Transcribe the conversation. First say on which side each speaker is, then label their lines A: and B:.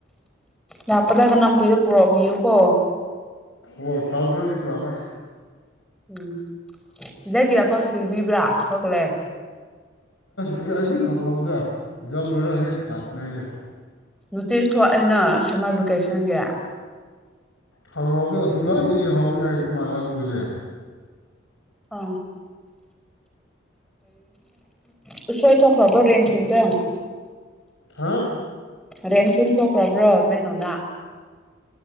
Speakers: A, in the centre; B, on the left (about 85°).
A: ꯂꯥꯛꯄꯗ ꯀꯅꯥꯝꯄꯨꯏꯗꯣ ꯄꯨꯔꯛꯕꯤꯌꯨꯀꯣ
B: ꯋꯥꯠ ꯁꯥꯎꯗꯗꯤ ꯄꯨ꯭ꯔ ꯀ
A: ꯎꯝ ꯂꯀꯤ ꯑꯐꯛꯁꯤꯕꯤꯕ꯭ꯔꯥ ꯑꯩꯈꯣꯏ ꯀꯣꯂꯦ
B: ꯑꯗꯨ ꯑꯗꯨ ꯈꯪꯍꯧꯗ꯭ꯔ ꯑꯦꯛꯖꯥꯝ ꯂꯣꯏꯔ ꯍꯦꯛ ꯆꯥꯠꯄꯅꯦꯏꯗ
A: ꯅꯣꯇꯤꯁ ꯊꯣꯛ ꯑꯩꯅ ꯁꯝꯃꯔ ꯚꯦꯀꯦꯁꯟꯒꯤ
B: ꯈꯪꯍꯥꯎꯗ ꯑꯁꯨ ꯂꯥꯏꯗꯒꯤ ꯍꯥꯎꯅꯤ ꯍꯥꯏꯕ ꯃꯥꯜꯂ ꯑꯗꯨꯒꯗꯤ
A: ꯑ ꯀ ꯁꯣꯏ ꯊꯈꯕ ꯔꯦꯟ ꯈꯟꯗꯦ
B: ꯍꯥ
A: ꯔꯦꯟꯟ ꯊꯣꯛꯈ꯭ꯔꯕ꯭ꯔꯣ ꯃꯂꯣꯗ